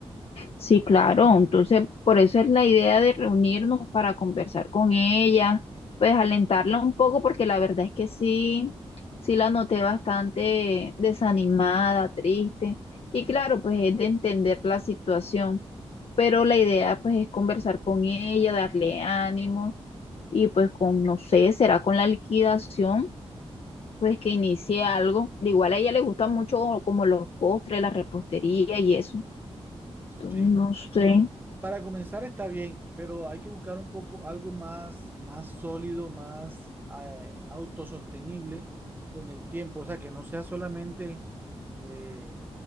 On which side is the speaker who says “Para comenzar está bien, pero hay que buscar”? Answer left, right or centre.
Right